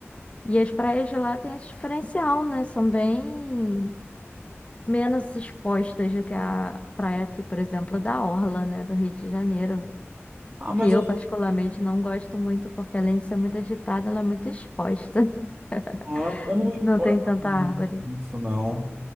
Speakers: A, on the left (about 25°); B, on the right (about 35°).
A: E as praias de lá têm esse diferencial, né? São bem menos expostas do que a praia aqui, por exemplo, da Orla, né? Do Rio de Janeiro.
B: Ah, mas
A: que eu
B: eu,
A: particularmente não gosto muito, porque além de ser muito agitada, ela é muito exposta.
B: ah,
A: <laughs>
B: eu não
A: Não
B: me importo
A: tem tanta
B: com
A: árvore.
B: isso, não.